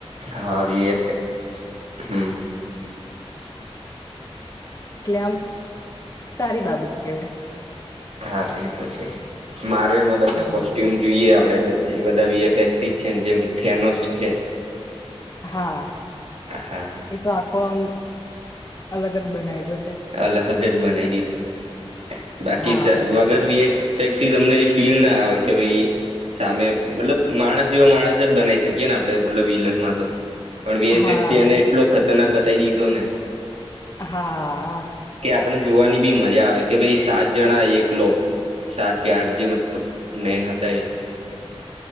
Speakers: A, on the right; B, on the left.
A: હા વી એફ એક્સ હમ
B: સ એટલે આમ સારી બાબત કેવાય.
A: હા એ તો છે મારર્લ અમાં બધા
B: હા
A: કોસ્ટ્યુમ જોઈએ આપડે એ બધા વી એફ એક્સ થી છે જેમ કે થેનોસ છે.
B: હા
A: હા
B: એ તો આખો આમ અલગ જ બનાવી દ
A: અલગ જ બનાવી દીધો બાકી
B: હા
A: સ વગર વી એક ફેક્સ તમને એ ફીલ ના આવે કે ભઈ સામે મતલબ માણસ જેવો માણસ જ બનાવી શકીએ ને આપડે મતલબ વિલખ માં તો પણ વીએફએક્સ
B: હા
A: થી એને એટલો ખતરનાક બતાવી દીધો ને
B: હા
A: આપને જોવાની બી મજા આવે કે ભાઈ સાત જણા એકલો સાત કે આઠ જે મતલબ મેન હતા એ